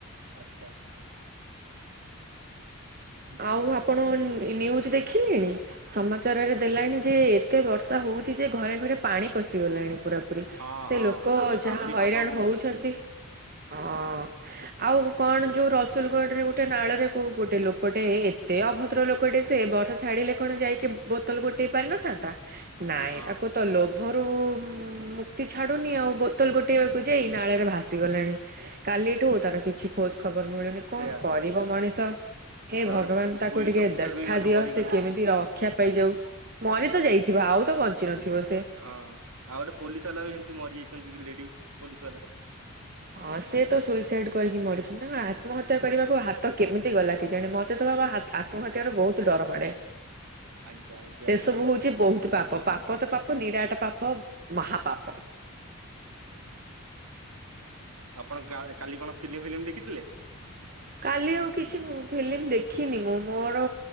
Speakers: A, on the right; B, on the right.
A: ଆଛା। ଠିକ
B: ଆଉ
A: କଥା
B: ଆପଣ ନ୍ୟୁଜ ଦେଖିଲେଣି? ସମାଚାରରେ ଦେଲାଣି ଯେ ଏତେ ବର୍ଷା ହଉଛି ଯେ ଘରେ ଘରେ ପାଣି ପଶି ଗଲାଣି ପୁରା।
A: ହଁ
B: ସେ
A: ହଁ
B: ଲୋକ
A: ଆହୁ
B: ଯାହା
A: ଆହୁରି
B: ହଇରାଣ
A: ହବ କହୁଛନ୍ତି।
B: ହଉଛନ୍ତି ହଁ ଆଉ କଣ ଯୋଉ ରସୁଲଗଡ ରେ ଗୋଟେ ନାଳରେ କ ଗୋଟେ ଲୋକଟେ ଏତେ ଅଭଦ୍ର ଲୋକଟେ ସେ ବର୍ଷା ଛାଡ଼ିଲେ କଣ ଯାଇକି ବହୁ ଗୋଟେଇ ପାରିନଥାନ୍ତା ନାଇଁ
A: ହଁ
B: ତାକୁ ତ ଲୋଭରୁ ମୁକ୍ତି ଛାଡୁନି ଆଉ ବୋତଲ ଗୋଟେଇବାକୁ ଯାଇ ନାଳ ରେ ଭାସି ଗଲାଣି କାଲିଠୁ ତାର କିଛି ଖୋଜ ଖବର ମିଳୁନି କଣ
A: ସେୟା
B: କରିବ ମଣିଷ। ହେ
A: ଆଉ
B: ଭଗବାନ
A: ଗୋଟେ
B: ତାକୁ
A: ପୋଲିସ
B: ଟିକେ
A: ଅଫିସର
B: ଦେଖା
A: ବି ମାନେ
B: ଦିଅ
A: ମରିଗଲେ।
B: ସେ କେମିତି ର ରକ୍ଷା ପାଇଯାଉ ମରି ତ ଯାଇଥିବ ଆଉ ତ ବଞ୍ଚି ନଥିବ ସେ
A: ହଁ ଆଉ ଗୋଟେ ପୋଲିସ ବାଲା ବି ସେମିତି ମରିଯାଇଛନ୍ତି ଲେଡି ପୋଲିସ ବାଲା
B: ହଁ ସେ ତ ସୁଇସାଇଡ କରିକି ମରିଛନ୍ତି ତାଙ୍କ ଆତ୍ମହତ୍ୟା କରିବାକୁ ହାତ କେମିତି ଗଲା କି ଜାଣେ ମତେ ତ ଆତ୍ମହତ୍ୟାର
A: ଆଜ୍ଞା
B: ବହୁତ ଡର ମାଡେ
A: ଆଜ୍ଞା ଆଜ୍ଞା
B: ସେ ସବୁ ହଉଛି ବହୁତ ପାପ। ପାପ ତ ପାପ ନିରାଟ ପାପ ମହା ପାପ।
A: ଆପଣ କାଲି କଣ ଫିଲ୍ମ ଫିଲ୍ମ ଦେଖିଥିଲେ?
B: ହ। କାଲି ଆଉ କିଛି ଫିଲ୍ମ ଦେଖିନି ମୁଁ ମୋର